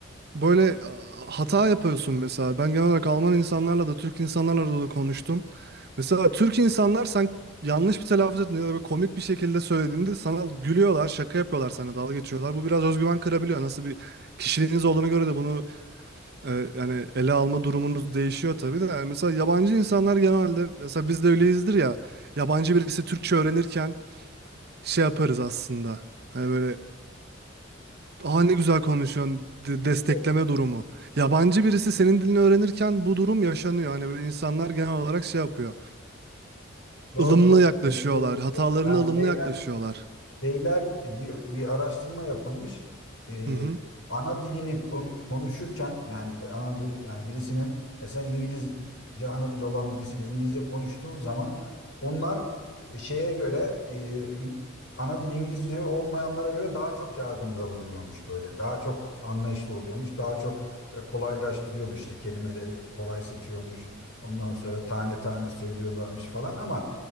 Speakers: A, on the right (about 55°); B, on the left (about 75°).
A: böyle a, hata yapıyorsun mesela. Ben genel olarak Alman insanlarla da Türk insanlarla da konuştum. Mesela Türk insanlar sen yanlış bir telaffuz ettiğinde ya da böyle komik bir şekilde söylediğinde sana gülüyorlar, şaka yapıyorlar sana, dalga geçiyorlar. Bu biraz özgüven kırabiliyor. Nasıl bir kişiliğiniz olduğuna göre de bunu e, yani ele alma durumunuz değişiyor tabii de. Yani mesela yabancı insanlar genelde mesela biz de öyleyizdir ya. Yabancı birisi Türkçe öğrenirken şey yaparız aslında. Hani böyle Aa ne güzel konuşuyorsun. De- destekleme
B: Evet.
A: durumu. Yabancı birisi senin dilini öğrenirken bu durum yaşanıyor. Hani böyle insanlar genel olarak şey yapıyor.
B: Doğru
A: ılımlı
B: doğru.
A: yaklaşıyorlar.
B: Evet, evet.
A: Hatalarına
B: Yani
A: ılımlı
B: şeyler
A: yaklaşıyorlar.
B: şeyler diyor, bir araştırma yapılmış. Ee,
A: Hı hı.
B: ana dilini kon- konuşurken yani ana di- yani birisinin mesela İngilizce ana dili olan birisiyle İngilizce konuştuğun zaman onlar şeye göre e, İ- ana dili İngilizce olmayanlara göre daha çok yardımda bulunuyormuş böyle. Daha çok anlayışlı oluyormuş. Daha çok e, kolaylaştırıyormuş işte kelimeleri kolay seçiyormuş. Ondan sonra tane tane söylüyorlarmış falan ama